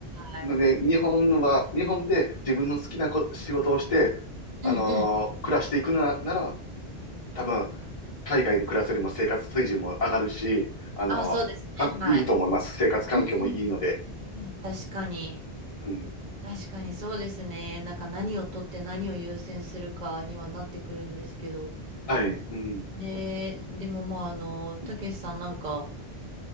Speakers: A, on the right; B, on the left.
A: はい。
B: で、日本は、日本で自分の好きなこ仕事をして、
A: うんうん。
B: あのー暮らしていくな、なら、多分、海外で暮らすよりも生活水準も上がるし、あのーたいいと思います。
A: あ、そうですね。はい。
B: 生活環境もいいので。
A: うんうんうん。確かに。
B: うん。
A: 確かにそうですね。なんか何を取って何を優先するかにはなってくるんですけど。
B: はい。うん。
A: ねえ、でもまあ、あの、たけしさんなんか